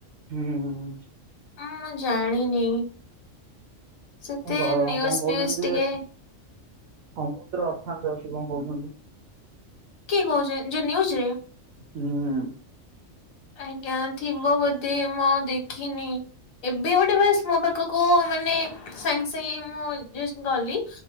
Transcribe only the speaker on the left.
ଅଁ ମୁଁ ଜାଣିନି ସେତେ
ନିୟୁଜ
ଫିୟୁଜ ଟିକେ
କିଏ କହୁଚନ ଯୋଉ ନ୍ୟୁଜ ରେ?
ଆଜ୍ଞା ଥିବ ବୋଧେ ମୁଁ ଆଉ ଦେଖିନି। ଏବେ ଗୋଟେ ବାସ୍ ମୋ ପାଖକୁ ମାନେ ସାଙ୍ଗେ ସାଙ୍ଗେ ମୁଁ ଜଷ୍ଟ ଗଲି